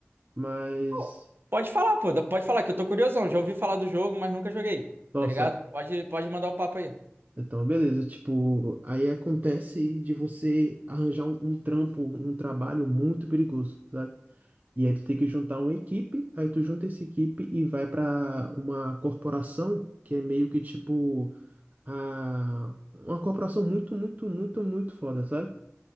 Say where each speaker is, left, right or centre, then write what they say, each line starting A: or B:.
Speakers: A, on the right; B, on the right.
A: mas.
B: Pô, Pode falar, pô. Pode falar que eu tô curiosão. Já ouvi falar do jogo, mas nunca joguei.
A: Nossa,
B: Tá ligado? Pode, pode mandar o papo aí.
A: então, beleza. Tipo, aí acontece de você arranjar um, um trampo, um trabalho muito perigoso, sabe? E aí tu tem que juntar uma equipe, aí tu junta essa equipe e vai pra uma corporação que é meio que tipo a uma corporação muito, muito, muito, muito foda, sabe?